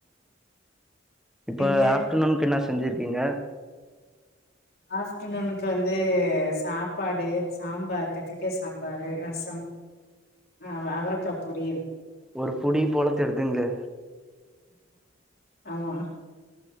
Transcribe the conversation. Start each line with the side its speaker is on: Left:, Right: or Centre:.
Centre: ப்ப
Left: நீங்க
Centre: ஆஃப்டநூனுக்கு என்ன செஞ்சிருக்கிங்க
Left: ஆஃப்டநூனுக்கு வந்து சாப்பாடு சாம்பார் கத்திரிக்கா சாம்பாரு ரசம் அ அவரைக்கா பொறியல்
Centre: ஒரு புடி போல தெருதுங்லே
Left: ஆமா